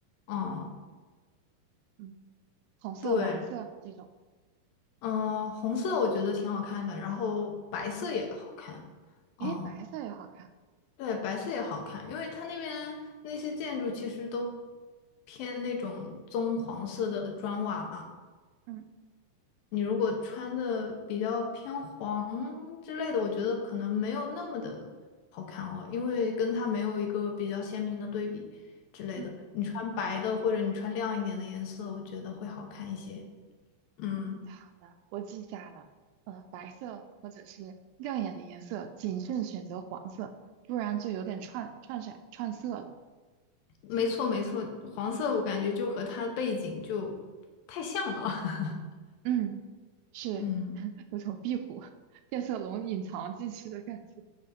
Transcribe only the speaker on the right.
嗯红色、
蓝色这种，
嗯
哎，白色也好看。
嗯
嗯。
嗯，好的，我记下了。呃，白色或者是亮眼的颜色，谨慎选择黄色，不然就有点串串色串色了。
嗯，是
<laughs> 有种壁虎、变色龙隐藏进去的感觉。